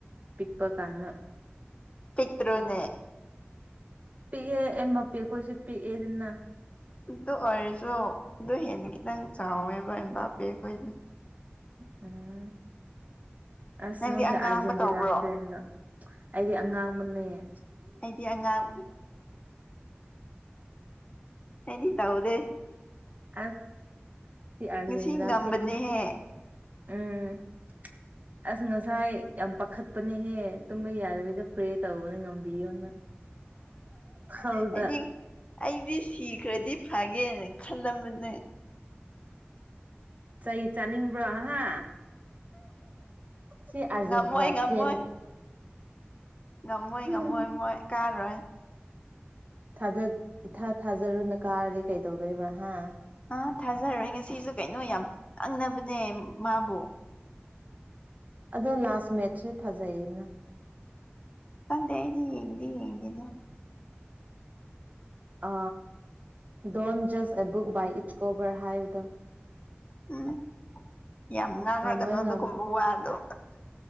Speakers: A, on the right; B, on the left.
A: ꯄꯤꯛꯄ ꯀꯅ
B: ꯄꯤꯛꯇ꯭ꯔꯨꯅꯦ
A: ꯄꯤꯛꯑꯦ ꯑ ꯃ ꯄꯤ ꯑꯩꯈꯣꯏꯁꯨ ꯄꯤꯛꯑꯦ ꯑꯗꯨꯅ
B: ꯑꯗꯨ ꯑꯣꯏꯔꯁꯨ ꯑꯗꯨ ꯍꯦꯟꯅ ꯈꯤꯇꯪ ꯆꯥꯎꯋꯦꯕ ꯏꯝ ꯄꯦ ꯑꯩꯈꯣꯏꯗꯤ
A: ꯎꯝ ꯑꯁ
B: ꯅꯪꯗꯤ
A: ꯅꯁꯦ
B: ꯑꯉꯥꯡꯕ
A: ꯑꯔꯖꯦꯟꯇꯤꯅꯥ
B: ꯇꯧꯕ꯭ꯔꯣ
A: ꯐ꯭ꯔꯦꯟ ꯑꯩꯗꯤ ꯑꯉꯥꯡꯕꯅꯦꯌꯦ
B: ꯑꯩꯗꯤ ꯑꯉꯥꯡ ꯏꯅꯤ ꯇꯧꯗꯦ
A: ꯑꯁ ꯁꯤ ꯑꯔꯖꯦꯟꯇꯅꯥ
B: ꯉꯁꯤ ꯉꯝꯕꯅꯦꯍꯦ
A: ꯎꯝ <inaudible> ꯑꯁ ꯉꯁꯥꯏ ꯌꯥꯝ ꯄꯥꯈꯠꯄꯅꯦꯍꯦ ꯇꯨꯝꯕ ꯌꯥꯗꯕꯤꯗ ꯄ꯭ꯔꯦ ꯇꯧꯕꯅ ꯉꯝꯕꯤꯌꯣꯅ ꯍꯥꯎꯗ
B: ꯑꯩꯗꯤ ꯑꯩꯗꯤ ꯁꯤꯈ꯭ꯔꯗꯤ ꯐꯒꯦꯅ ꯈꯜꯂꯝꯕꯅꯦ
A: ꯆꯩ ꯆꯥꯅꯤꯡꯕ꯭ꯔꯣ ꯍꯥ ꯁꯤ ꯑꯔꯖꯦꯟꯇꯤꯅꯥ
B: ꯉꯝꯃꯣꯏ ꯉꯝꯃꯣꯏ
A: ꯐꯦꯟ
B: ꯉꯝꯃꯣꯏ
A: ꯎꯝ
B: ꯉꯝꯃꯣꯏ ꯃꯣꯏ ꯀꯥꯔꯣꯏ
A: ꯊꯖ ꯏꯊꯥ ꯊꯥꯖꯔꯨꯅ ꯀꯥꯔꯗꯤ ꯀꯩꯗꯧꯗꯣꯏꯕ ꯍꯥ
B: ꯑꯥ ꯊꯥꯖꯔꯣꯏ ꯉꯁꯤꯁꯨ ꯀꯩꯅꯣ ꯌꯥꯝ ꯉꯪꯅꯕꯅꯦ ꯃꯥꯕꯨ
A: ꯑꯗꯣ ꯂꯥꯁ ꯃꯦꯠꯆꯁꯦ ꯐꯖꯩꯌꯦꯅ
B: ꯀꯗꯗꯤ ꯌꯦꯡꯉꯗꯤ ꯌꯦꯡꯉꯗꯤꯗ
A: ꯑ ꯗꯣꯣꯟ ꯖꯁ ꯑꯦ ꯕꯨꯛ ꯕꯥ ꯏꯠ ꯀꯣꯕꯔ ꯍꯕ ꯗ
B: ꯎꯝ ꯌꯥꯝ ꯅꯥꯟ
A: ꯉꯝꯃꯣꯏ
B: ꯋꯥꯔ ꯀ ꯅꯣꯗꯨ
A: ꯉꯝ
B: ꯀꯨꯝꯕ ꯋꯥ ꯑꯗꯣ